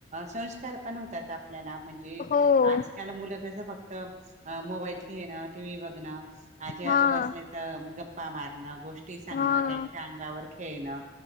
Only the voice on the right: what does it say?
संस्कार पण होतात आपल्याला म्हणजे
आजकाल मुलं कस फक्त. त अ मोबाईल घेण, टी. व्ही. बघणं---. आजी आजोबा
असले तर, गप्पा मारणं, गोष्टी सांगणं,
त्यांच्या अंगावर खे, येना.